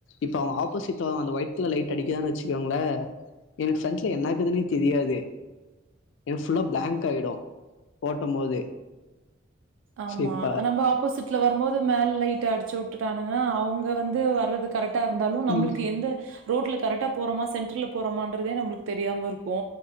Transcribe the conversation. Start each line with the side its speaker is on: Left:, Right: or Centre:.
Left: இப்ப அவங்க ஆப்போசிட்ல அந்த ஒய்ட் கலர் லைட் அடிக்கதான்னு வச்சுக்கோங்கள எனக்கு ஃப்ரெண்ட்ல என்னக்குதுன்னே தெரியாது எனக்கு ஃபுல்லாக பிளாங்க் ஆகிடும் ஓட்டும் போது
Right: ஆமா
Left: சோ இப்ப
Right: நம்ம ஆப்போசிட்ல வரும்போது மேல் லைட் ஆடுச் ச்சுவுட்டுட்டானுங்க அவங்க வந்து வர்றது கரெக்டா இருந்தாலும் நம்மளுக்கு
Left: ம்
Right: எந்த ரோட்ல கரெக்டா போறோமா சென்ட்ரல போறோமன்ரதே நம்மளுக்கு தெரியாம இருக்கூ